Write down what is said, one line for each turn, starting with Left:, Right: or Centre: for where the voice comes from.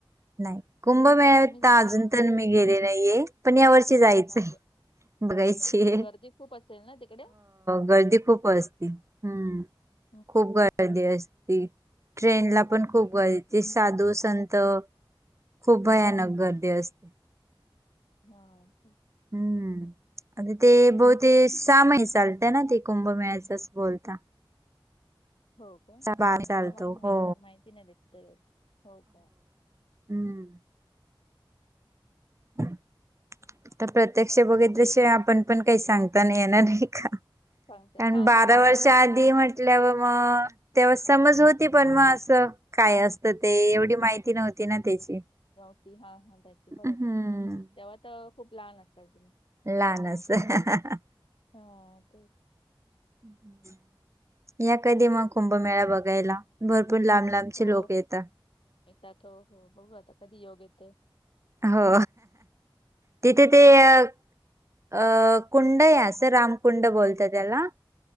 Right: नाही. कुंभमेळवता
Left: हम्म, तुम्ही जाता की
Right: अजून
Left: नाही
Right: तर मी गेले नाहीये पण या वर्षी जायचंय.
Left: हा
Right: बघायची
Left: जायचं
Right: आहे.
Left: गर्दी खूप असेल ना तिकडे
Right: गर्दी खूप असती. हम्म
Left: <inaudible>
Right: खूप गर्दी असती. ट्रेन ला पण खूप गर्दी साधू, संत. खूप भयानक
Left: हा हा
Right: गर्दी असते.
Left: हा ते-
Right: हम्म. आणि ते बहत ते शहामही चालत ना ते कुंभमेळा्याच अस बोलता.
Left: हो का?
Right: चा बार
Left: एवढं
Right: चालतो
Left: मला माहिती
Right: हो
Left: नाही माहिती नाही द्याच त्याढ. हो का?
Right: हम्म. <inaudible> तर प्रत्यक्ष बघितलं आपण पण काही सांगताना येणार. नाही का?
Left: सांगते
Right: कारण
Left: हा
Right: बारा
Left: हा
Right: वर्ष आधी
Left: नाही,
Right: म्हटल्यावर
Left: मा-
Right: मग तेव्हा समज हो ती पण मग असं काय असत ते एवढी
Left: हम्म हम्म.
Right: माहिती नव्हती ना त्याची.
Left: गावठी हा हा त्याची बरोबर
Right: हम्.
Left: आहे. तेव्हा तर खूप लहान असतान तुम्ही.
Right: लहानचं.
Left: हा ते.
Right: <inaudible> या कधी मग
Left: हम्म
Right: कुंभमेळा
Left: हम्म.
Right: बघायला भरपूर लांब लांबचे
Left: हो
Right: लोक येतात.
Left: येतात. हो हो बघू आता कधी योग येतोय.
Right: हो. तिथे ते अ अ कुंड आहे असं रामकुंड बोलत त्याला.